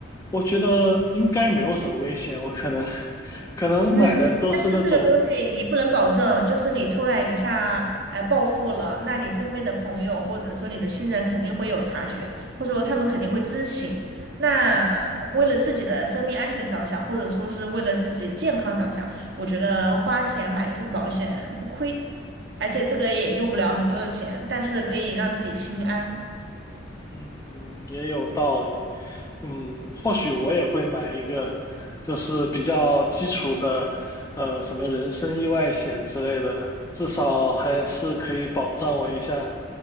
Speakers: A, on the left (about 15°); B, on the right (about 60°).
A: 我觉得应该没有什么危险，我可能 <laughs> 可能买的都是那种，
B: 嗯，是这个东西你不能保证，就是你突然一下呃暴富了，那你身边的朋友或者说你的亲人肯定会有察觉，或者说他们肯定会知情。那为了自己的生命安全着想，或者说是为了自己的健康着想，我觉得花钱买一份保险不亏。而且这个也用不了很多的钱，但是可以让自己心安。
A: 嗯，也有道理。嗯，或许我也会买一个，就是比较基础的，呃，什么人身意外险之类的，至少还是可以保障我一下